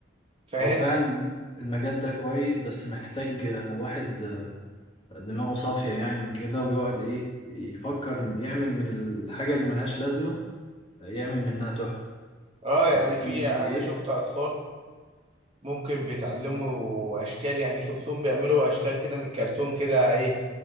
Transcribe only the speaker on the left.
هو فعلا المجال ده كويس بس محتاج آه، واحد دماغه صافية يعني وكده ويقعد إيه يفكر يعمل من الحاجة اللي ملهاش لازمة يعمل منها تحفة
أنت فاهم
قصدي إيه؟